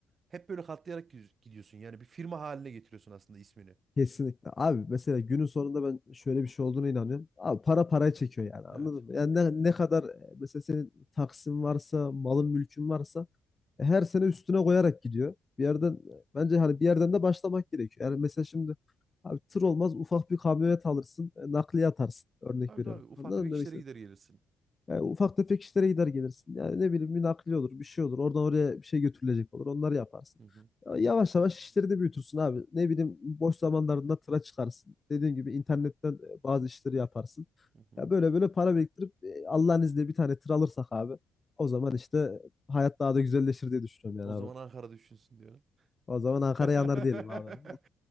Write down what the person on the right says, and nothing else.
Hep böyle katlayarak gidiyorsun. gidiyorsun. Yani bir firma haline getiriyorsun aslında ismini.
Evet.
Hı hı.
Tabii
tabii ufak
tefek işlere
gider gelirsin.
Hı hı.
Hı hı.
O
zaman
Ankara düşünsün diyorum.
<laughs>